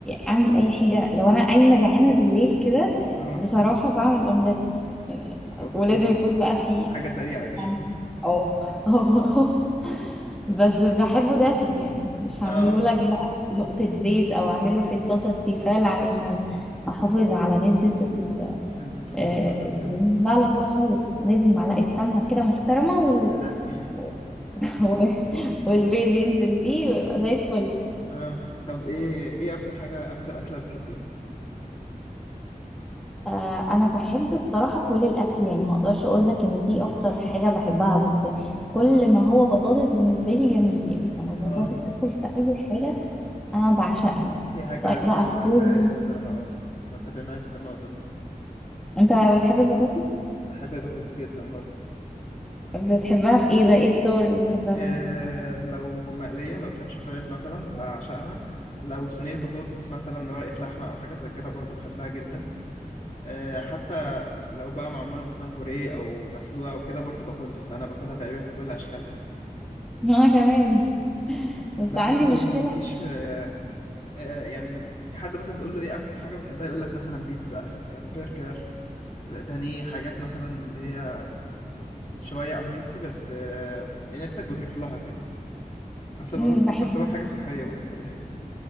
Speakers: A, in the centre; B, on the left.
A: اعمل اي حاجه لو انا قايمه جعانه بالليل كده
B: اه
A: بصراحه بعمل اومليت يعني
B: اوكي
A: ولازم يكون بقى فيه
B: حاجة سريعة دي
A: فاهمة؟
B: <laughs>
A: اه اه <laughs> بس بحبه دسم يعني مش هعمله
B: اه آه،
A: لك بقى بنقطة زيت او اعمله في الطاسة تيفال علشان احافظ على نسبة ال-
B: الدهون
A: آه،
B: برضو
A: الدهون
B: كده
A: لا لا لا خالص لازم معلقة سمنة كده محترمة وال...
B: يا لهوي
A: و- <laughs> والبيض ينزل فيه ويبقى زي الفل
B: <laughs> اه طب ايه ايه اكتر حاجة اكتر اكلة بتحبيها
A: آه، انا بحب بصراحة كل الاكل يعني ما اقدرش اقول لك ان في اكتر حاجة بحبها بس كل ما هو بطاطس بالنسبة لي جميل يعني لما البطاطس
B: اه
A: تدخل في اي حاجة انا بعشقها
B: دي حاجة
A: سواء
B: دي
A: بقى
B: حاجة
A: فطور
B: حقيقية
A: دي
B: الصراحة اه متفق معاك في النقطة دي
A: انت بتحب البطاطس
B: بحب البطاطس جدا برضو
A: بتحبها في ايه بقى ايه الصور اللي بتحبها
B: آه
A: فيها
B: لو مقلية لو فرنش فرايز مثلا بعشقها لو صينية بطاطس مثلا ورقة لحمة أو حاجة زي كده برضو بحبها جدا آه حتى لو بقى معمولة مثلا بوريه أو مسلوقة أو كده برضو باكلها فأنا باكلها تقريبا في كل أشكالها يعني
A: <laughs> انا كمان <laughs> بس
B: بس
A: عندي
B: مثلا
A: مشكلة
B: ملكيش آه آه يعني في حد مثلا تقول له إيه أكتر حاجة بتحبها يقول لك مثلا بيتزا آه برجر بانيه حاجات مثلا من اللي هي شوية أنهيلسي بس آه يعني نفسك بتروح لها كده أصل
A: امم
B: البطاطس
A: بحبها
B: تعتبر حاجة صحية برضو في الآخر